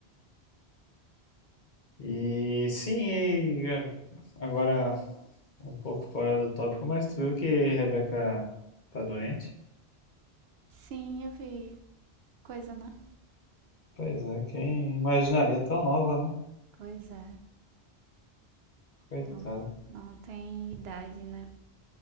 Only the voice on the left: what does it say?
E sim, e eu- agora um pouco fora do tópico, mas tu viu que Rebeca tá doente?
Pois é, quem imaginaria tão nova, né?
Coitada.